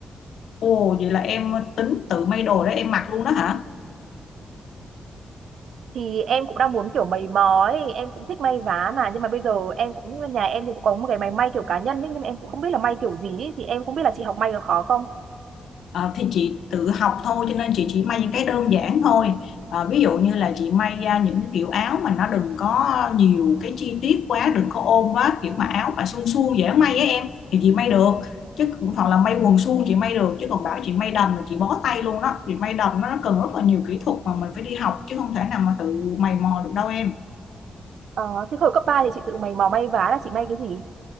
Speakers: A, on the left; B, on the right.
A: ồ vậy là em tính tự may đồ để em mặc luôn đó hả
B: Thì em cũng đang muốn kiểu mày mò ấy, em cũng thích may vá mà nhưng mà bây giờ em cũng nhà em thì cũng có một cái máy may kiểu cá nhân ấy, nhưng mà em cũng không biết là may kiểu gì ấy. Thì em không biết là chị học may được khó không?
A: Ờ, thì chị tự học thôi cho nên chị chỉ may những cái đơn giản thôi Ờ, ví dụ như là chị may ra những cái kiểu áo mà nó đừng có nhiều cái chi tiết quá đừng có ôm quá kiểu mà áo mà suông suông dễ may á em thì chị may được chứ hoặc là may quần suông chị may được chứ còn bảo chị may đầm là chị bó tay luôn đó thì may đầm nó cần rất là nhiều kỹ thuật mà mình phải đi học chứ không thể nào mà tự mày mò được đâu em
B: Ờ, thế hồi cấp 3 thì chị tự mày mò may vá là chị may cái gì?